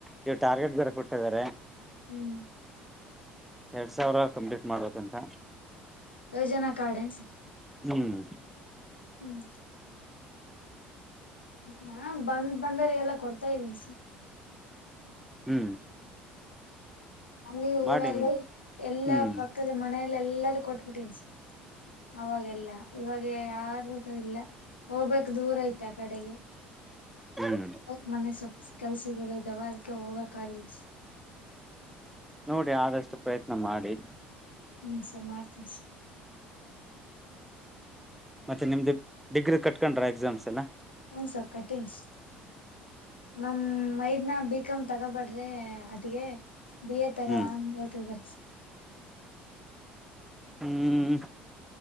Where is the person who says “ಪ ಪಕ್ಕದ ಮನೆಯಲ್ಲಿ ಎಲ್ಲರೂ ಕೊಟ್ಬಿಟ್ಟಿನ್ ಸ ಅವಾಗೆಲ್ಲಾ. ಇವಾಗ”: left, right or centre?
Left